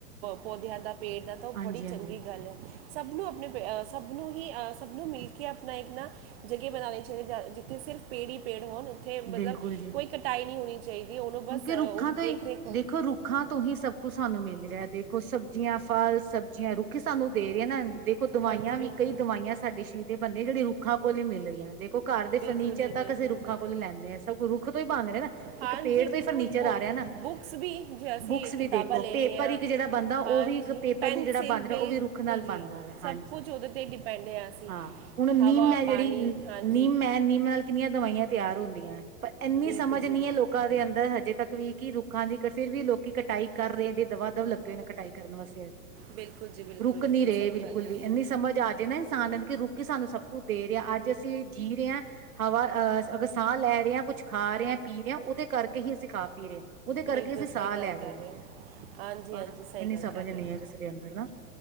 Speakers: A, on the right (about 40°); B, on the right (about 60°).
A: ਪੌਧਿਆਂ ਦਾ, ਪੇੜ ਦਾ ਤਾਂ ਓ
B: ਹਾਂਜੀ
A: ਬੜੀ
B: ਹਾਂਜੀ
A: ਚੰਗੀ ਗੱਲ ਐ। ਸਭ ਨੂੰ ਆਪਣੇ ਪ ਸਭ ਨੂੰ ਹੀ ਸਭ ਨੂੰ ਮਿਲ ਕੇ ਆਪਣਾ ਇੱਕ ਨਾ ਜਗੇ ਬਣਾਉਣੇ ਚਾਈਦੀ ਜਿੱਥੇ ਸਿਰਫ ਪੇੜ ਹੀ ਪੇੜ ਹੋਣ, ਉਥੇ ਮਤਲਬ
B: ਬਿਲਕੁਲ ਜੀ
A: ਕੋਈ ਕਟਾਈ ਨਈ ਹੋਣੀ ਚਾਈਦੀ ਐ ਉਨੂੰ ਬਸ
B: ਕਿਉਂਕਿ ਰੁੱਖਾਂ
A: ਉਦੀ ਦੇਖ
B: ਤੋਂ ਹੀ
A: ਰੇਖ
B: ਦੇਖੋ ਰੁੱਖਾਂ ਤੋਂ ਹੀ ਸਭ ਕੁਝ ਸਾਨੂੰ ਮਿਲ ਰੇਆ ਦੇਖੋ ਸਬਜ਼ੀਆਂ, ਫਲ ਸਬਜ਼ੀਆਂ ਰੁੱਖ ਈ ਸਾਨੂੰ ਦੇ ਰੇ ਨਾ ਦੇ ਦੇਖੋ ਦਵਾਈਆਂ
A: ਹਾਂਜੀ ਬਿਲਕੁਲ
B: ਵੀ ਕਈ ਦਵਾਈਆਂ ਸਾਡੇ ਸਰੀਰ ਦੇ ਬਣਦੇ ਜਿਹੜੀ ਰੁੱਖਾਂ ਕੋਲ ਈ ਮਿਲ ਰੀਆਂ ਦੇਖ ਘਰ ਦੇ
A: ਬਿਲਕੁਲ
B: ਫਰਨੀਚਰ
A: ਜੀ ਬਿਲਕੁਲ
B: ਤੱਕ ਅਸੀਂ ਰੁੱਖਾਂ
A: ਜੀ
B: ਕੋਲੋ ਲੈਂਦੇ ਆਂ ਸਭ ਕੁ ਰੁੱਖ ਤੋਂ ਈ ਬਨ ਰੇ ਨਾ
A: ਹਾਂਜੀ
B: ਇੱਕ ਪੇੜ
A: ਬਿਲਕੁਲ
B: ਤੋਂ ਈ ਫਰਨੀਚਰ ਆ ਰੇਆ ਨਾ
A: ਬੁੱਕਸ ਵੀ ਜੇ ਅਸੀਂ
B: ਬੁੱਕਸ ਵੀ
A: ਕਿਤਾਬਾਂ
B: ਦੇਖੋ
A: ਲੈਨੇ
B: ਪੇਪਰ
A: ਆ
B: ਇੱਕ ਜੇੜਾ ਬਨਦਾ ਓ
A: ਹਾਂਜੀ
B: ਵੀ ਇੱਕ ਪੇਪ ਪੇਪਰ
A: ਪੈਨਸਿਲ
B: ਵੀ ਜਿਹੜਾ ਬਣ ਰੇਆ
A: ਬਿਲਕੁਲ
B: ਓ ਵੀ ਰੁੱਖ ਨਾਲ
A: ਜੀ
B: ਬਣਦਾ ਵਾ
A: ਸਭ
B: ਹਾਂਜੀ,
A: ਕੁਝ ਉਹਦੇ ਤੇ ਡਿਪੈਂਡ ਆ ਅਸੀਂ
B: ਹਾਂ। ਹੁਣ ਨਿੰਮ
A: ਹਵਾ
B: ਐ ਜੇੜੀ
A: ਪਾਣੀ ਹਾਂਜੀ
B: ਨਿੰਮ ਐ ਨਿੱਮ ਨਾਲ ਕਿੰਨੀਆਂ ਦਵਾਈਆਂ ਤਿਆਰ ਹੁੰਦੀਐ ਪਰ ਇੰਨੀ
A: ਬਿਲਕੁਲ
B: ਸਮਝ
A: ਜੀ
B: ਨੀ
A: ਬਿਲਕੁਲ
B: ਹੈ ਲੋਕ ਦੇ ਅੰਦਰ ਹਜੇ ਤੱਕ ਵੀ ਕਿ ਰੁੱਖਾਂ ਦੀ ਫਿਰ ਵੀ ਲੋਕੀ ਕਟਾਈ ਕਰ ਰਹੇ ਨੇ ਦਵਾ ਦਵ ਲੱਗੇ ਹੋਏ ਨੇ ਕਟਾਈ, ਕਰਨ ਵਸੇ,,,,,
A: ਬਿਲਕੁਲ ਜੀ ਬਿਲਕੁਲ
B: ਰੁਕ
A: ਬਿਲਕੁਲ
B: ਨੀ ਰਹੇ
A: ਸਹੀ
B: ਬਿਲਕੁਲ
A: ਗੱਲ ਹੈ
B: ਵੀ ਇੰਨੀ ਸਮਝ ਆ ਜ,, ਜ ਨਾ ਇਨਸਾਨ ਕਿ ਰੁੱਖ ਸਾਨੂੰ ਸਭ ਕੁਛ ਦੇ ਰਿਹਾ ਅੱਜ ਅਸੀਂ ਜੀ ਰਹੇ ਹਾਂ! ਹਵਾ ਅਹ ਅਗਰ ਸਾਹ ਲੈ ਰਹੇ ਹੈ ਕੁਛ ਖਾ ਰਹਾ ਹੈ ਪੀ ਰਿਹਾਾਂ ਉਹਦੇ ਕਰਕੇ ਹੀ ਅਸੀਂ ਖਾ ਪੀ ਰਹੇ ਹਾਂ! ਉਹਦੇ ਕਰਕੇ
A: ਬਿਲਕੁਲ
B: ਅਸੀਂ
A: ਸਹੀ
B: ਸਾਹ
A: ਗੱਲ
B: ਲੈ ਰਹੇ
A: ਕਰ
B: ਹੈ,,,,,
A: ਹੋ ਹਾਂਜੀ
B: ਪਰ
A: ਹਾਂਜੀ ਸਹੀ
B: ਇੰਨੀ
A: ਗੱਲ
B: ਸਮਝ
A: ਕਰ
B: ਨਹੀਂ
A: ਰਹੇ ਹੋ
B: ਹੈ ਕਿਸੇ ਦੇ ਅੰਦਰ ਨਾ!